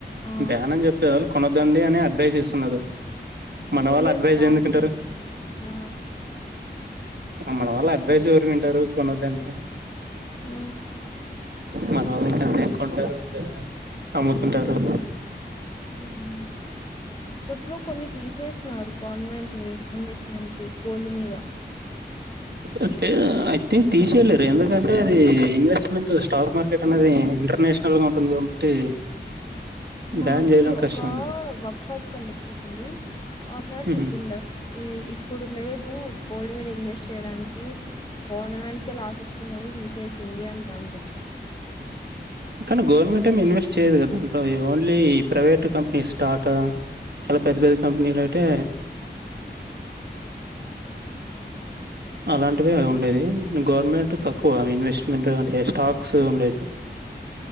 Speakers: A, on the left; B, on the right.
A: ఆ
B: బ్యానని చెప్పేలేవాళ్ళు కొనొద్దండి అని అడ్వైస్ ఇస్తున్నరూ
A: టూ
B: మన వాళ్ళు
A: ఇయర్స్
B: అడ్వైజ్
A: బ్యాక్
B: ఎందుకింటారు
A: అంట ఆ
B: మన వాళ్ళ అడ్వైస్ ఎవరు వింటారు కొనద్దంటే
A: హ
B: మన వాళ్ళ కొంటె కొంటారు లేదనంటే అమ్ముతుంటారు
A: ఉహు అపట్లో కొన్ని తీసేసినారు కాన్వెంట్ వి ఇన్వెస్ట్మెంట్ వి గోల్డ్ మీద
B: అంటే ఐ థింక్ తీసేయలేరు ఎందుకంటే అది ఇన్వెస్ట్మెంట్ స్టాక్ మార్కెట్ అనేది ఇంటర్నేషనల్ నల్ గా ఉంటుంది కాబట్టి
A: మాకి
B: బ్యాన్ జేయడం
A: ఒక
B: కష్టం.
A: వర్క్ షాప్ కండక్ట్ చేసింది ఆసార్
B: హుహు.
A: చెప్పిండే ఈ గిప్పుడు లేదు గోల్డ్ మీద ఇన్వెస్ట్ చేయడానికి గవర్నమెంట్ కే లాస్ వస్తుందని తీసేసింది అంతండ్రి
B: కానీ గవర్నమెంట్ ఏమి ఇన్వెస్ట్ చేయదు కదాంట ఓన్లీ ప్రైవేట్ కంపెనీ స్టార్ట్ చాలా పెద్ద పెద్ద కంపెనీలు అంటే అలాంటివి ఉండేది గవర్నమెంట్ తక్కువ ఇన్వెస్ట్మెంట్ అంటే స్టాక్స్ ఉండేది